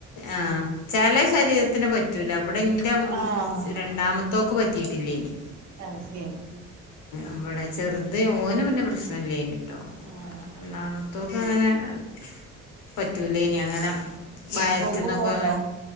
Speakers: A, on the left; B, on the right.
A: ആഹ് ചെല ശരീരത്തിന് പറ്റൂല ഇവിടെ ഇന്റെ
B: ആഹ്
A: രണ്ടാമത്തോക്ക് പറ്റിയിട്ടില്ലേനി.
B: അയ് ശരി.
A: ഇവിടെ ചെറുത് ഓന് പിന്നെ പ്രശ്നല്ലേനി ട്ടോ
B: ആഹ്
A: ഒന്നാമത്തോ. അപ്പ അങ്ങനെപറ്റൂലേനി അങ്ങനെ വയറ്റ്ന്നൊക്കെ.
B: സ്കൂൾക്ക് പോവ്ണ്ടോ